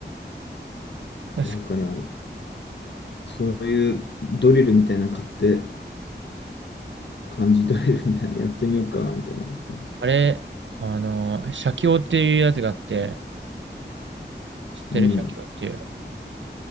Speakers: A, on the right (about 80°); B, on the left (about 70°).
A: 確か
B: だから、そういうドリルみたいなの買って、漢字ドリルみたいなのやってみようかな、みたいな思ってる。
A: あれ、あの、写経っていうやつがあって、知ってる写経っていう。
B: うん。